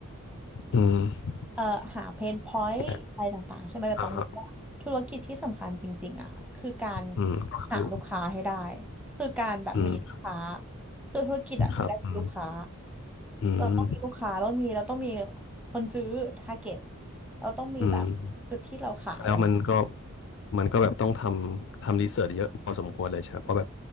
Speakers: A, on the left (about 55°); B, in the centre.
A: อืม
B: เอ่อหาเพนพอยต์อะไรต่างๆใช่ไหมแต่ต้องบอกว่าธุรกิจที่สำคัญจริงๆอ่ะคือการ
A: แต่อ่าฮะอืมก็คือ
B: หาลูกค้าให้ได้คือการแบบมีลูกค้า
A: อืม
B: คือธุรกิจอ่ะอยู่ได้จากลูกค้า
A: ครับอืมอืม
B: เราต้องมีลูกค้าเรามีเราต้องมีคนซื้อทาร์เก็ตเราต้องมีแบบจุดที่เราขายอะไร
A: อืมแสดงว่ามันก็มันก็แบบต้องทำทำรีเสิร์ชเยอะพอสมควรเลยใช่ไหมเพราะแบบ